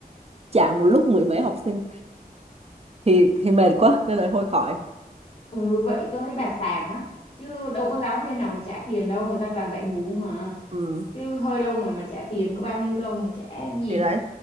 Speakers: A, on the right; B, on the left.
A: trả một lúc mười mấy học sinh thì thì mệt quá nên là thôi khỏi
B: ừ vậy tôi thấy bà xàm á chứ đâu có giáo viên nào mà trả tiền đâu người ta toàn dạy bù mà
A: ừ
B: chứ hơi đâu mà mà trả tiền có bao nhiêu đâu mà trả làm gì
A: thì đấy